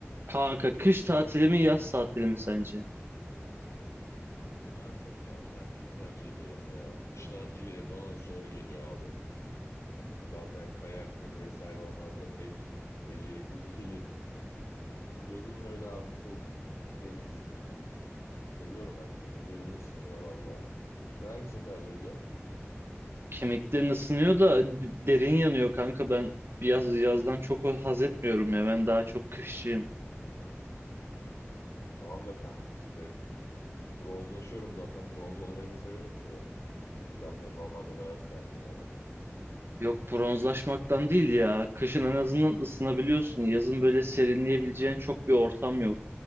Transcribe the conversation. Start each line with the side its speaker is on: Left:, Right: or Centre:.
Right: Kanka kış tatili mi yaz tatili mi sence?
Left: Daha çok yaz tatili tercih ediyorum ya. Kış tatili bana zor geliyor abi. Zaten kayaktır vesaire onlar da pek becerikli değilim. Yazın böyle abi kum, deniz. Seviyorum ben. Kemiklerim ısınıyor valla. Sen hangisini tercih ediyorsun?
Right: Kemiklerin ısınıyor da derin yanıyor kanka ben yaz yazdan çok haz etmiyorum ya ben daha çok kışçıyım.
Left: Tamam da kanka işte bronzlaşıyorum zaten. Bronz olmayı da severim ki ben. Zaten normalde beyaz tenliyim hani.
Right: Yok bronzlaşmaktan değil ya. Kışın en azından ısınabiliyorsun. Yazın böyle serinleyebileceğin çok bir ortam yok.